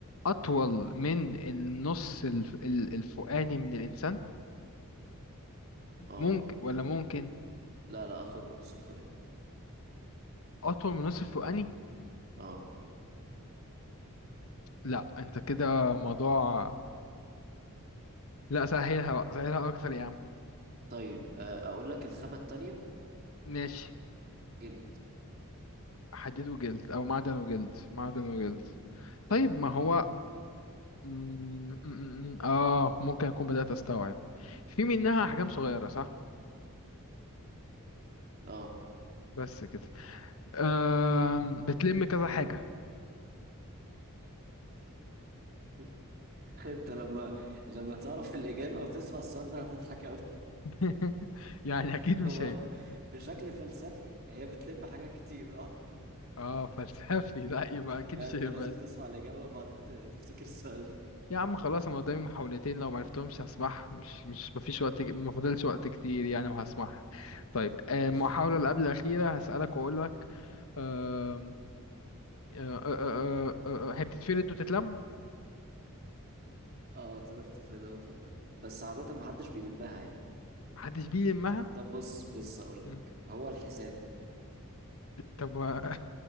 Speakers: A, on the left; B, on the right.
A: أطول من النص الف... ال- الفوقاني من الإنسان
B: اه
A: ممكن ولا ممكن
B: لا لا اطول من نص الفواني
A: أطول من النص الفوقاني
B: اه
A: لا أنت كده موضوع لا سهلها بقى سهلها أكتر يا عم
B: طيب آه، اقول لك الخامة التانية
A: ماشي
B: جلد
A: حديد وجلد أو معدن وجلد معدن وجلد
B: امم
A: طيب ما هو م- م- م- م- آه ممكن أكون بدأت أستوعب في منها أحجام صغيرة صح
B: اه
A: بس كده أم، بتلم كذا حاجة
B: <laughs> انت لما لما تعرف الإجابة وتسمع السؤال ده هتضحك قوي
A: <laughs> يعني أكيد
B: <laughs>
A: مش
B: هو
A: هي
B: بشكل فلسفي هي بتلم حاجات كتير اه
A: اه فلسفي <laughs> لا يبقى أكيد
B: لا
A: مش
B: انت
A: هي
B: لازم
A: بس
B: تسمع الإجابة وبعدين ت- تفتكر السؤال ده
A: يا عم خلاص أنا قدامي محاولتين لو معرفتهمش هسمعها مش مش مفيش وقت ما فاضلش وقت كتير يعني وهسمعها طيب
B: ماشي
A: آه، المحاولة اللي قبل الأخيرة هسألك وأقول لك أم، آه، آه، آه، آه، آه، آه، هي بتتفرد وتتلم
B: اه تقدر تفردها وتلمها بس عادة محدش بيلمها يعني
A: محدش بيلمها
B: طب بص بص هقولك
A: مم.
B: هو الحزام
A: طب و-